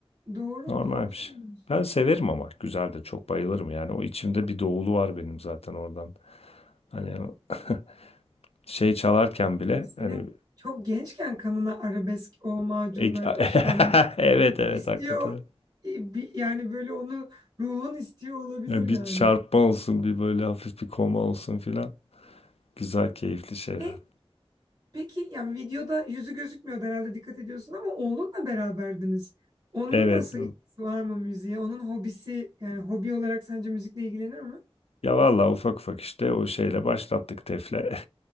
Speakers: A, on the right; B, on the left.
A: Doğru,
B: Normal
A: doğru söylüyorsun.
B: bir şey Ben severim ama güzel de çok bayılırım yani. O içimde bir doğulu var benim zaten oradan. Hani o <laughs> şey çalarken bile
A: Senin
B: hani
A: çok gençken kanına arabesk o macunlar
B: ek-
A: işlenmiş.
B: <laughs> evet evet
A: İstiyor
B: hakikaten.
A: e, bir- yani böyle onu ruhun istiyor olabilir
B: Ya
A: yani.
B: bir çarpma olsun, bir böyle hafif bir koma olsun filan. Güzel, keyifli şeyler.
A: E peki yani videoda yüzü gözükmüyordu herhalde dikkat ediyorsun ama oğlunla beraberdiniz. Onun
B: Evet.
A: nasıl ilgisi var mı müziğe? Onun hobisi yani hobi olarak sence müzikle ilgilenir mi?
B: Ya vallahi ufak ufak işte o şeyle başlattık tefle.